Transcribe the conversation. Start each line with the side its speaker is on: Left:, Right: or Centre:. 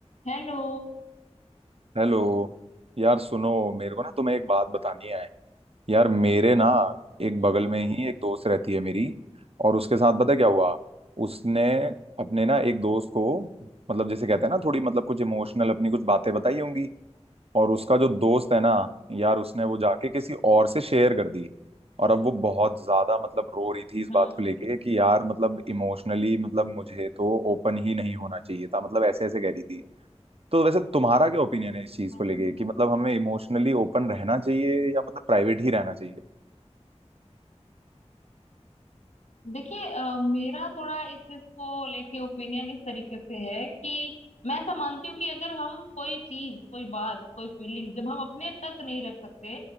Left: Hello
Right: Hello यार सुनो मेरे को ना तुम्हें एक बात बतानी है यार मेरे ना एक
Left: हम्म
Right: बगल में ही एक दोस्त रहती है मेरी और उसके साथ पता है क्या हुआ उसने अपने ना एक दोस्त को मतलब जैसे कहते हैं ना थोड़ी मतलब कुछ इमोशनल अपनी कुछ बातें बताई होंगी और उसका जो दोस्त है ना यार उसने वो जाके किसी और से शेयर कर दी और अब वो बहुत ज्यादा मतलब रो रही थी इस
Left: हम्म
Right: बात को लेके कि यार मतलब इमोशनली मतलब मुझे तो ओपन ही नहीं होना चाहिए था मतलब ऐसे ऐसे कह रही थी तो वैसे तुम्हारा क्या ओपिनियन है इस चीज
Left: हम्म
Right: को लेके कि मतलब हमें इमोशनली ओपन रहना चाहिए या मतलब प्राइवेट ही रहना चाहिए
Left: देखिए अ, मेरा थोड़ा इस चीज को लेके ओपिनियन इस तरीके से है कि मैं ऐसा मानती हूँ कि अगर हम कोई चीज कोई बात कोई फीलिंग जब हम अपने तक नहीं रख सकते